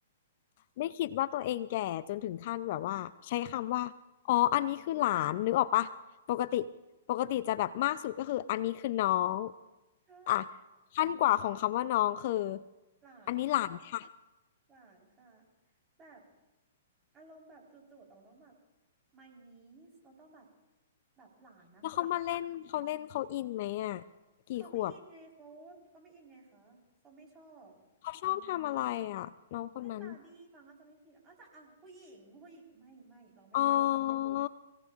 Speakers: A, on the left (about 50°); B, on the right (about 20°).
A: ไม่คิดว่าตัวเองแก่จนถึงขั้นแบบว่าใช้คำว่าอ๋ออันนี้คือหลานนึกออกปะปกติปกติจะแบบมากสุดก็คืออันนี้คือน้อง
B: ใช่
A: อ่ะขั้นกว่าของคำว่าน้องคือ
B: หลานค่ะ
A: อันนี้หลานค่ะ
B: หลานค่ะแบบอารมณ์แบบจู่ๆต้องต้องแบบ my niece เราต้องแบบแบบหลานนะคะ
A: แล้วเขามาเล่นเขาเล่นเขาอินไหมอ่ะกี่ขวบ
B: เขาไม่อินไงเขาเขาไม่อินไงคะเขาไม่ชอบ
A: เขาชอบทำอะไรอ่ะน้องคนนั้น
B: เล่นบาร์บี้มั้งก็จะไม่ผิดอะอ๋อจะอ่ะผู้หญิงผู้หญิงไม่ไม่เราไม่รู้
A: อ๋อ
B: <laughs>